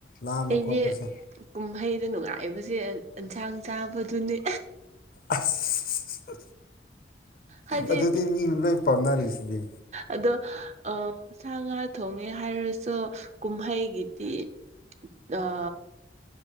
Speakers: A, on the left; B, on the right.
A: ꯂꯥꯝꯕ
B: ꯑꯩꯗꯤ
A: ꯈꯣꯠꯄꯁꯦ
B: ꯀꯨꯝꯍꯩꯗ ꯅꯨꯡꯉꯥꯏꯕꯁꯦ ꯑꯦꯟꯁꯥꯡ ꯆꯥꯕꯗꯨꯅꯤ
A: ꯑꯁ
B: ꯍꯥꯏꯗꯤ
A: ꯑꯗꯨꯗꯤ ꯃꯤ ꯂꯣꯏ ꯄꯥꯝꯅꯔꯤꯁꯤꯗꯤ
B: ꯑꯗꯣ ꯁꯥ ꯉꯥ ꯊꯣꯡꯉꯦ ꯍꯥꯏꯔꯁꯨ ꯀꯨꯝꯍꯩꯒꯤꯗꯤ ꯑ